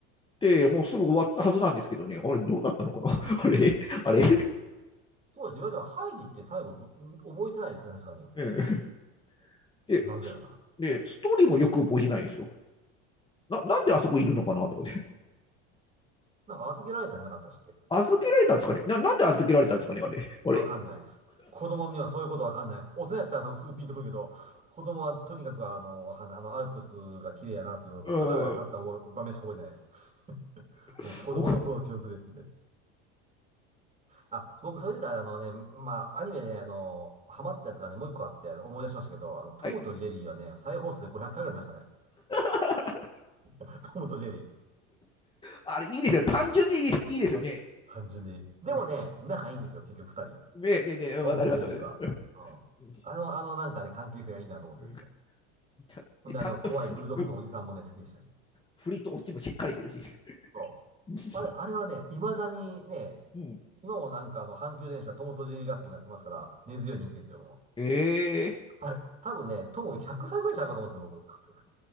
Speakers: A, on the left; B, on the right.
A: て、もうすぐ終わったはずなんですけどね、あれ、どうなったのかな <laughs> あれあれ
B: そうですよ。いわれても、ハイジって最後ど、覚えてないですね、確かに。
A: うんで、
B: 謎やな。
A: スで、ストーリーもよく覚えてないんですよ。な、なんであそこいるのかなとかね。
B: うん。なんか預けられたんじゃなかったっけ
A: 預けられたんですかねな、なんで預けられたんですかねあれ。あれ
B: わかんないです。子供にはそういうことわかんないです。大人やったら多分すぐピンとくるけど、子供はとにかくあの、わかんない。あの、アルプスが綺麗やなっていうことと、
A: <laughs> うん。
B: クララが立った覚え場面しか覚えてないです。<laughs>
A: <laughs>
B: もう子供の頃の記憶ですんで。
A: お
B: あ、僕、それで言ったら、あのね、まあ、アニメね、あの、ハマったやつがね、もう一個あって、あの思い出しましたけど、あの、トムとジェリーはね、
A: はい。
B: 再放送で500回ぐらい見ましたね。
A: <laughs>
B: <laughs> トムとジェリー。
A: あれ、いいですよ。単純にいいいいですよね。
B: 単純で。でもね、
A: うん
B: 仲いいんですよ、結局二人。
A: ねねねわかります、
B: トムとジェリーは。
A: わかります。
B: うん。
A: う
B: あの、あの、なんかね、関係性がいいなと思ってですね。
A: んちゃんちゃんと振り、
B: ほんで、あの、怖いブルドッグのおじさんもね、
A: うん
B: 好きでしたし。
A: 振りとオチもしっかりしてるし。
B: そ
A: <laughs>
B: う。あれ、あれはね、未だにね、
A: うん。
B: 今もなんかあの、阪急電車トムとジェリーラッピングやってますから、根強い人気ですよ、もう。
A: ええー
B: あれ、多分ね、トム100歳ぐらいちゃうかと思うんですよ、僕。